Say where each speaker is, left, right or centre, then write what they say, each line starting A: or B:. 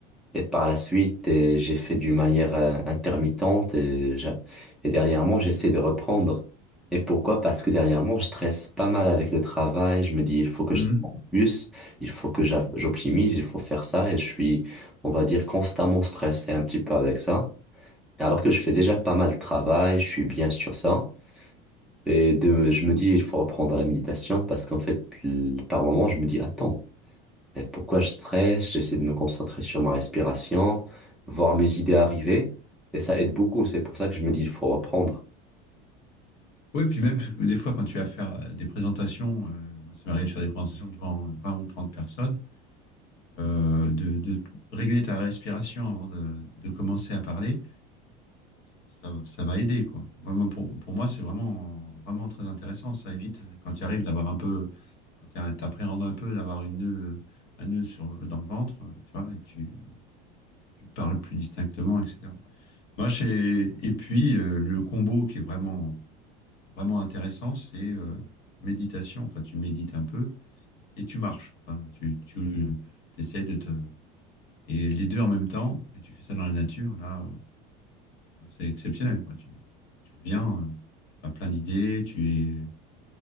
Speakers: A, in the centre; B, on the left (about 55°).
A: et par la suite, euh, j'ai fait d'une manière euh, intermittente et, j'a- et dernièrement, j'essaie de reprendre. Et pourquoi? Parce que dernièrement, je stresse pas mal avec le travail. Je me dis, il faut que
B: Mhm.
A: je travaille plus, il faut que j'a- j'optimise, il faut faire ça et je suis, on va dire, constamment stressé un petit peu avec ça. Alors que je fais déjà pas mal de travail, je suis bien sur ça. Et de, je me dis, il faut reprendre la méditation parce qu'en fait, l- par moment, je me dis, attends, euh, pourquoi je stresse? J'essaie de me concentrer sur ma respiration, voir mes idées arriver. Et ça aide beaucoup. C'est pour ça que je me dis, il faut reprendre.
B: oui, puis même, des fois, quand tu vas faire des présentations, euh, moi, c'est m'arrive de faire des présentations devant 20 ou 30 personnes. euh, de, de, régler ta respiration avant de, de commencer à parler, ça, ça, va aider. Quoi. Moi, pour, pour moi, c'est vraiment, vraiment très intéressant. Ça évite, quand tu arrives d'avoir un peu, quand tu appréhendes un peu d'avoir une nœud, un nœud sur, dans le ventre, tu vois, et tu, tu parles plus distinctement, etc. Moi, j'ai, et puis, euh, le combo qui est vraiment, vraiment intéressant, c'est euh, méditation. Enfin, tu médites un peu et tu marches. Enfin, tu, tu essaies de te et les deux en même temps, et tu fais ça dans la nature, là, euh, c'est exceptionnel, quoi. Tu, tu reviens, euh, tu as plein d'idées, tu es